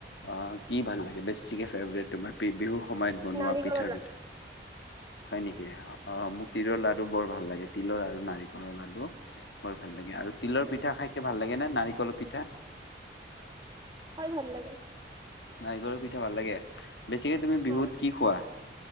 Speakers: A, on the left; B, on the right.
A: অ কি ভাল লাগে বেছিকে ফেব্ৰিট তোমাৰ বি বিহুৰ সময়ত বনোৱা
B: নাৰিকলৰ
A: পিঠাৰ ভিতৰত। হয় নেকি, অ মোক তিলৰ লাৰু বৰ ভাল লাগে তিলৰ আৰু নাৰিকলৰ লাডু। বৰ ভাল লাগে আৰু তিলৰ
B: লাৰু
A: পিঠা খাইকে ভাল লাগে নে নাৰিকলৰ পিঠা।
B: খায় ভাল লাগে।
A: নাৰিকলৰ পিঠা ভাল লাগে। বেছিকে তুমি বিহুত
B: হয়
A: কি খোৱা?